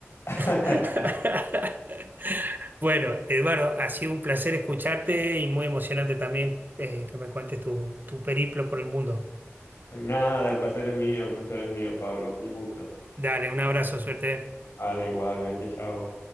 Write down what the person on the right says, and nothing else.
<laughs> Bueno, Eduardo, ha sido un placer escucharte y muy emocionante también eh, que me cuentes tu, tu periplo por el mundo.
Dale, un abrazo, suerte.